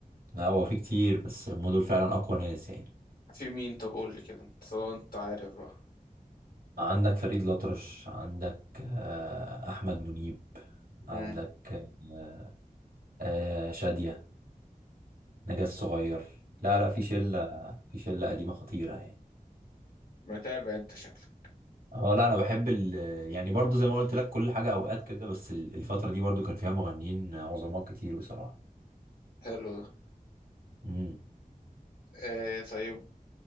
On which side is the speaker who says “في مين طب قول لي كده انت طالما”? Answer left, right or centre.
Left